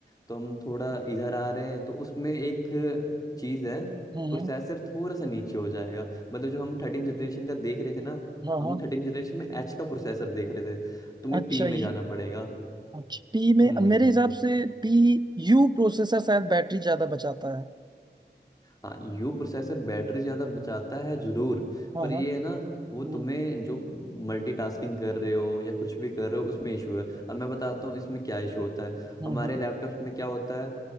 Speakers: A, on the left; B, on the right.
A: तो हम थोड़ा इधर आ रहे हैं तो उसमें एक चीज़ है
B: हम्म
A: प्रोसेसर
B: हम्म,
A: थोड़ा सा नीचे हो जाएगा मतलब जो हम थर्टीन जनरेशन का देख रहे थे ना
B: हाँ
A: हम
B: हाँ
A: थर्टीन जनरेशन में एच का प्रोसेसर देख रहे थे तुम्हें
B: अच्छा
A: पी में
B: ये
A: जाना पड़ेगा
B: अच्छा पी में
A: हम्म
B: मेरे हिसाब से पी यू प्रोसेसर शायद बैटरी ज्यादा बचाता है
A: हाँ यू प्रोसेसर बैटरी ज़्यादा बचाता है जरूर
B: हाँ
A: पर
B: हाँ
A: ये है ना वो तुम्हें
B: हम्म
A: जो मल्टीटास्किंग कर रहे हो या कुछ भी कर रहे हो उसमें इशू है अब मैं बताता हूँ इसमें क्या इशू होता है
B: हम्म
A: हमारे
B: हम्म,
A: लैपटॉप्स में क्या होता है